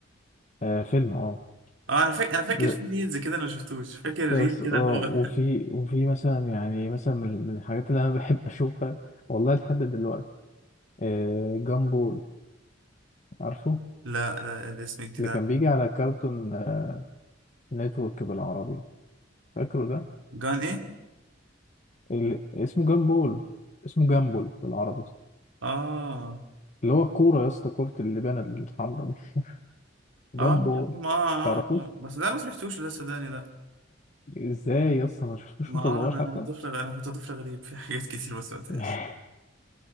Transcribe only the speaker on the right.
اه انا فاكر انا فاكر
في ريلز كده انا ما شفتوش فاكر
ريل
كده
اللي هو
<laughs>
لا لا الاسم جديد
عليا
جان ايه
اه
اه يا عم اه
اه لا بس ده ما سمعتوش لا صدقني لا
ما
آه
انا
انا طفل غ- انا كنت طفل غريب في <laughs> حاجات كتير ما سمعتهاش